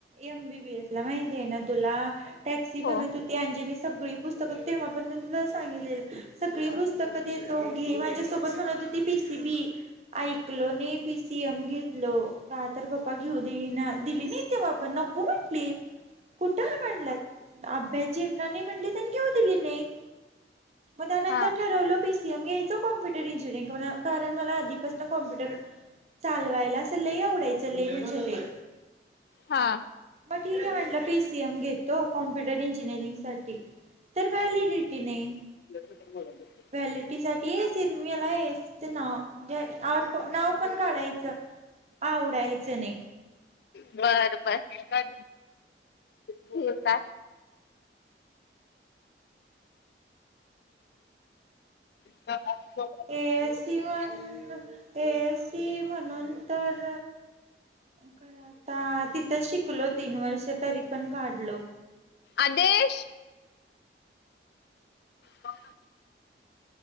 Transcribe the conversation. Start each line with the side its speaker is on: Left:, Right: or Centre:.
Right: एमबीबीएस, ला माहिती आहे ना तुला? टॅक्सी
Left: हो
Right: म्हणत होती, अंजी मी सगळी पुस्तकं तेव्हा पण मला सांगितलेलं. सगळी पुस्तकं देतो, घे माझ्यासोबत म्हणत होती पीसी बी. ऐकलो नाही पी. सी. एम. घेतलो, का तर पप्पा घेऊ देईना दिली नात. तेव्हा पण नको म्हटली.
Left: हं <inaudible>
Right: कुठं म्हणलात अभ्याचीनाने म्हणलीत आणि घेऊ दिली नाही. मग त्यानंतर
Left: हा
Right: ठरवलं पीसीएम घ्यायचं कॉम्प्युटर इंजिनिअरिंग कारण मला आधीपासून कॉम्प्युटर. चालवायला अस लय आवडायचं लय म्हणजे लय.
Left: हा
Right: म ठीक आहे म्हणल पीस. पी सी एम घेतो कॉम्प्युटर इंजिनिअरिंगसाठी तर व्हॅलिडिटी नाही.
Left: हं.
Right: व्हॅलिडीटी साठी सिरमीला येतेना. म्हणजे नाव पण काढायचं आवडायचं नाही.
Left: बर बर हो का. ह.
Right: एसी म्हण एसी म्हणून तर. खर आता तिथं शिकलो तीन वर्ष तरी पण काढलो.
Left: आदेश. हा.